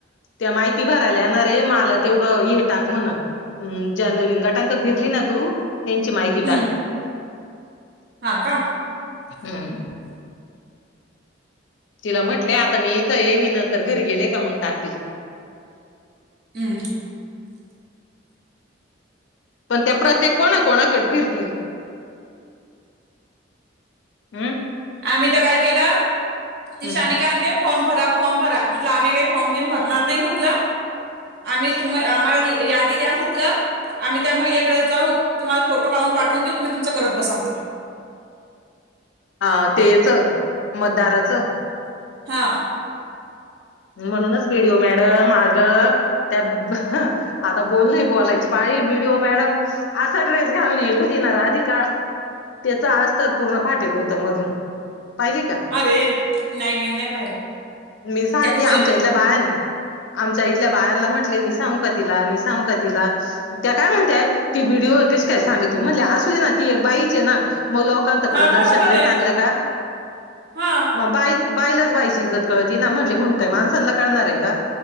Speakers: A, on the left; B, on the right.
A: त्या माहिती भरायला येणार हाय मला तेवढं हे टाक म्हण हुं ज्या नवीन गटांक फिरली ना तू त्यांची माहिती ती
B: हम्म
A: टाक
B: हा का
A: हू तिला म्हटलेय आता मी इथं ये मी नंतर घरी गेले का मग टाकते.
B: हुं
A: पण त्या प्रत्येक कोणा कोणाकडं फिरतील हम्
B: आम्ही तर काय केलं तिशने
A: हम्म
B: काय आणते फॉर्म भरा फॉर्म भरा म्हट आम्ही काही फॉर्म घेऊन भरणार नाही म्हटलं आम्ही आम्हाला यादी द्या म्हटलं आम्ही त्या महिलेकडे जाऊन तुमला फो काून पाठून देऊ तम् तम करत बसांगला
A: अ तेच मतदाराचं
B: हा
A: म्हणूनच भिडओ मॅडम मागं त्या आता बोल नाही बोलायची पाळी बीडओ मॅडम असा ड्रेस घालणे येल हो देणार आधी का त्याच आज तर पूर्ण फाटेल होतं मधून पाहिली का
B: अरे नाही मी नाही खायला
A: मी सारखी
B: त्या ख
A: आमच्या इथल्या बायां आमच्या इथल्या बायांला म्हटले मी सांगू का तिला, मी सांगू का तिला? त्या काय म्हणतय ती व्हिडिओवर कशी काय सांगत म्हणले असू दे ना ती एक बाईचे ना मग ल लोकांत प्रदर्शन
B: हा बरोबर
A: ल
B: आहे
A: चांगलं का
B: हा
A: मग बाईल बायलाच बायची इज्जत कळती ना म्हणले म्हणून काय माणसांना कळणार आहे का